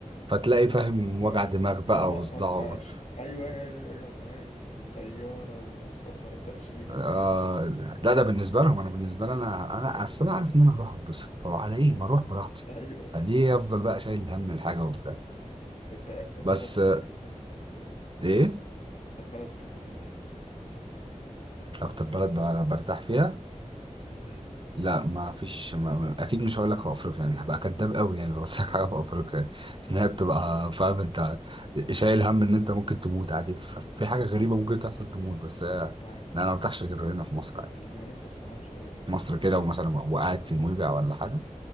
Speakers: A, on the right; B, on the left.
A: فتلاقي
B: ما
A: فاهم
B: هو فكرة
A: وجع دماغ بقى
B: هما
A: وصداع
B: هما عش- أيوه أيوه أيوة، وجع دماغ طيارة وسفر وتأشيرة
A: آه
B: وفيزا
A: لا ده بالنسبه لهم انا بالنسبه لي انا انا اصل انا عارف ان انا هروح اتبسط فعلى ايه ما اروح براحتي
B: <laughs> أيوه
A: ليه افضل بقى شايل هم الحاجه وبتاع
B: أنت أكتر
A: بس
B: بلد بتحب
A: آه، ايه
B: أكتر بلد بترتاح فيها يعني
A: اكتر بلد ب- برتاح فيها
B: مم.
A: لا ما فيش ما ما- اكيد مش هقول لك في افريقيا يعني هبقى كداب قوي يعني لو قلت لك حاجه في افريقيا ان هي بتبقى فاهم انت شايل هم ان انت ممكن تموت عادي ف- في حاجه غريبه ممكن تحصل
B: <laughs>
A: تموت بس آه،
B: اه
A: لا انا ما برتاحش غير هنا في مصر عادي
B: المناخ اصلا وحش قوي يعني
A: مصر كده ومثلا وقاعد في نويبع ولا حاجه